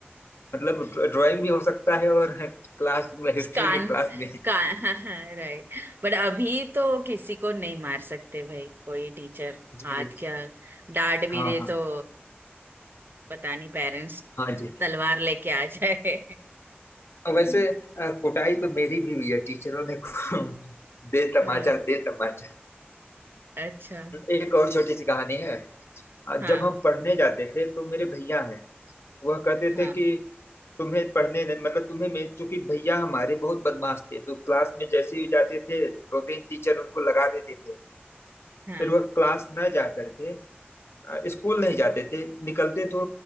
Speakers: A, on the left; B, on the right.
A: मतलब ड्राइंग भी हो सकता है और क्लास में हिस्ट्री
B: कान
A: की क्लास में
B: कान हाँ हाँ राइट बट अभी तो किसी को नहीं मार सकते भाई कोई टीचर
A: जी
B: हाथ
A: जी
B: क्या डांट भी
A: हाँ
B: दे
A: हाँ
B: तो पता नहीं पेरेंट्स
A: हाँ जी
B: तलवार लेके आ जाए
A: वैसे
B: <laughs>
A: अ, कुटाई तो मेरी भी हुई है टीचरों ने कु- दे तमाचा
B: हाँ
A: दे तमाचा
B: अच्छा
A: एक और छोटी सी कहानी है अ, जब
B: हाँ
A: हम पढ़ने जाते थे तो मेरे भैया हैं वह कहते
B: हाँ
A: थे कि तुम्हें पढ़ने नहीं- मतलब तुम्हें मैं चूंकि भैया हमारे बहुत बदमाश थे तो क्लास में जैसे ही जाते थे दो तीन टीचर उनको लगा देते थे
B: हाँ
A: फिर वह क्लास न जा करके अ, स्कूल नहीं जाते थे निकलते तो